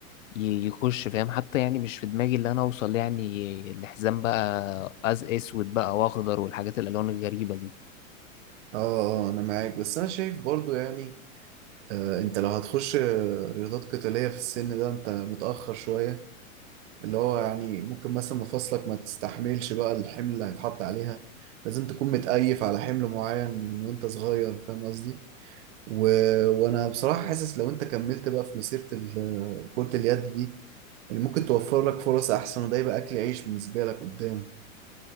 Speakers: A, on the left; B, on the right.
A: ي- يخش فاهم حتى يعني مش في دماغي اللي انا اوصل يعني لحزام بقى أز اسود بقى واخضر والحاجات الالوان الغريبة دي
B: اه اه أنا معاك بس أنا شايف برضو يعني آه أنت لو هتخش آه، رياضات قتالية في السن ده أنت متأخر شوية اللي هو يعني ممكن مثلا مفاصلك ما تستحملش بقى الحمل اللي هيتحط عليها لازم تكون متأيف على حمل معين من وانت صغير فاهم قصدي و... وانا بصراحة حاسس لو انت كملت بقى في مسيرة ال- كرة اليد دي اللي ممكن توفر لك فرص احسن وده يبقى اكل عيش بالنسبة لك قدام